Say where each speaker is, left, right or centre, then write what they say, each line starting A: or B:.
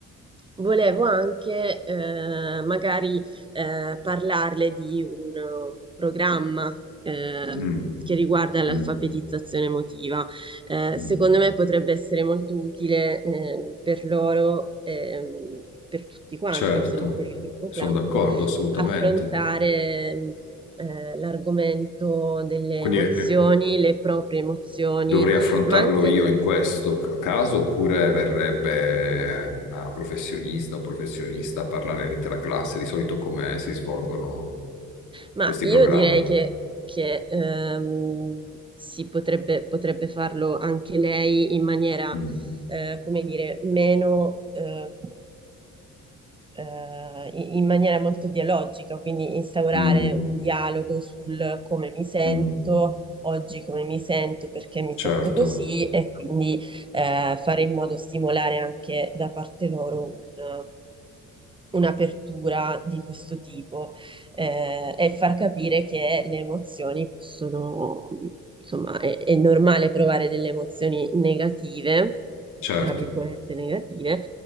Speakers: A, on the right; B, on the left.
A: Volevo anche eh, magari eh, parlarle di un eh, programma ehm,
B: Mm,
A: che riguarda l'alfabetizzazione
B: mm,
A: emotiva. Eh,
B: mm.
A: secondo me potrebbe essere molto utile ehm, per loro, ehm, per tutti quanti,
B: Certo,
A: insomma, per il gruppo
B: sono
A: classe,
B: d'accordo assolutamente.
A: affrontare ehm, eh, l'argomento delle
B: Quindi
A: emozioni,
B: eh,
A: le proprie emozioni,
B: dovrei affrontarlo
A: ma anche
B: io in questo c- caso oppure verrebbe eh, una professionista o un professionista a parlare all'intera classe, di solito come si svolgono
A: Ma
B: questi
A: io
B: programmi.
A: direi che, che, ehm, si potrebbe, potrebbe farlo anche lei in maniera,
B: Mm,
A: eh, come dire, meno, ehm, eh, in in maniera molto dialogica, quindi instaurare
B: mm,
A: un dialogo sul come mi sento.
B: mm.
A: Oggi come mi sento, perché mi
B: Certo,
A: sento così, e quindi eh, fare in modo stimolare anche da parte loro un- un'apertura di questo tipo eh, e far capire che le emozioni possono, insomma, è, è normale provare delle emozioni negative,
B: certo.
A: tra virgolette negative,